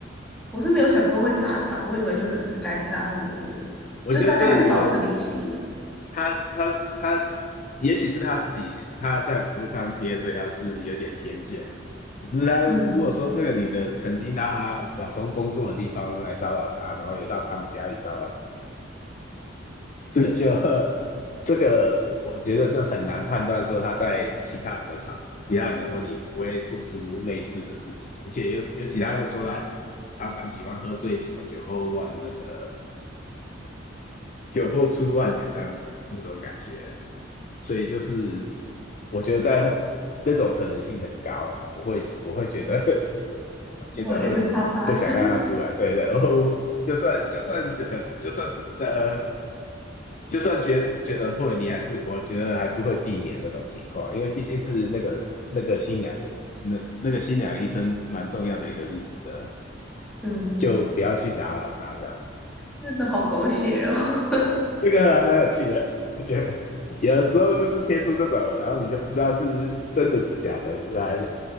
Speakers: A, in the centre; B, on the left.
A: 我是没有想过会砸场，我以为就只是尴尬，或者是就大家还是保持理性。
B: 我觉得这个女的她她她，也许是她自己她在网络上贴，所以她是有点偏见。可是她如果说这个女的曾经到她老公工作的地方来骚扰她，
A: 嗯，
B: 然后也到他们家里骚扰这个就这个，我觉得就很难判断说他在其他人的场、其他人的婚礼不会做出类似的事情，而且尤尤其他又说他常常喜欢喝醉酒，酒后乱那个酒后出乱言这样子那种感觉，所以就是我觉得在那种可能性很高啦，我会我会觉得 <laughs> 觉得会不想让他出来，
A: 我有点怕怕的。
B: 对对，然就算就算这个就算呃。就算觉不觉得会，你还是我觉得还是会避免那种情况，因为毕竟是那个那个新娘的那那个新娘医生蛮重要的一个日子的，
A: <laughs> 嗯，
B: 就不要去打扰她这样子。
A: 那真好狗血哦。
B: 这个还蛮有趣的，<laughs> 我觉得有的时候就是贴出这种，然后你就不知道是是真的是假的，可是还